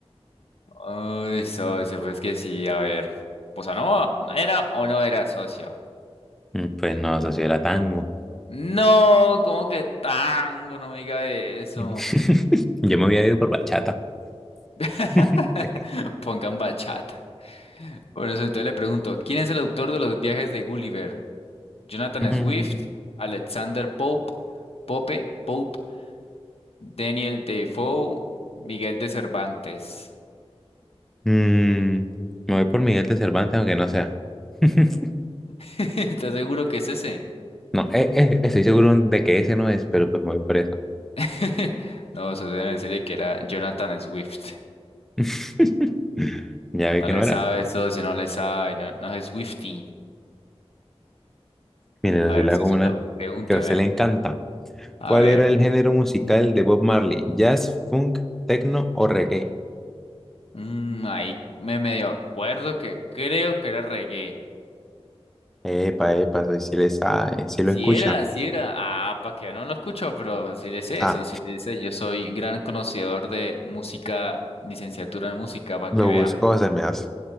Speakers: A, on the left (about 65°); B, in the centre.
A: Uy, socio, pues que sí, a ver. ¿Bossa nova era o no era socio?
B: mm, pues no, eso sí era tango.
A: No, ¿cómo que tango? No me diga eso.
B: <laughs> Yo me había ido por bachata.
A: <laughs>
B: <laughs>
A: Pongan bachata. Bueno, socio, entonces le pregunto, ¿quién es el autor de los viajes de Gulliver? Jonathan
B: Mm,
A: Swift, Alexander Pope, Pope, Pope, Daniel Defoe, Miguel de Cervantes.
B: mm, me voy por Miguel de Cervantes, aunque no sea. <laughs>
A: <laughs> ¿Estás seguro que es ese?
B: No, eh, eh, estoy seguro de que ese no es, pero pues me voy por eso.
A: <laughs> No, eso debe decirle que era Jonathan Swift.
B: <laughs> Ya vi
A: No
B: que
A: le
B: no era.
A: sabe eso, si no le sabe, no, no es Swiftie.
B: Mire,
A: A
B: yo
A: ver,
B: le
A: Sosito,
B: hago una
A: pregúnteme.
B: que a usted le encanta.
A: A
B: ¿Cuál
A: ver,
B: era el género musical de Bob Marley? ¿Jazz, funk, techno o reggae?
A: mm, ahí me medio acuerdo que creo que era reggae.
B: Epa, epa, soy si le sabe, si lo
A: Si
B: escucha.
A: era, si era. Ah, para que no lo escucho, pero si le sé
B: Ah,
A: eso, si le sé, yo soy gran conocedor de música, licenciatura en música, para
B: lo
A: que vea.
B: buscó, se me hace.